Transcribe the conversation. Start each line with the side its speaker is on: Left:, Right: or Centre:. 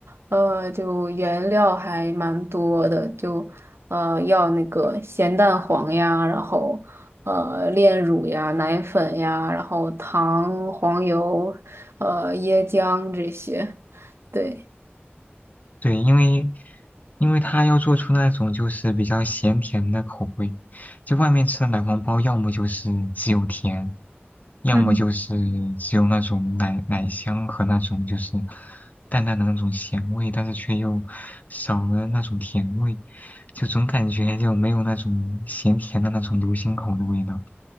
Right: 呃就原料还蛮多的，就呃要那个咸蛋黄呀，然后呃炼乳呀、奶粉呀，然后糖、黄油、呃椰浆这些。对，
Left: 对，因为因为它要做出那种就是比较咸甜的口味，就外面吃的奶黄包，要么就是只有甜，要么就是只有那种奶奶香和那种就是
Right: 嗯，
Left: 淡淡的那种咸味，但是却又少了那种甜味，就总感觉就没有那种咸甜的那种流心口的味道。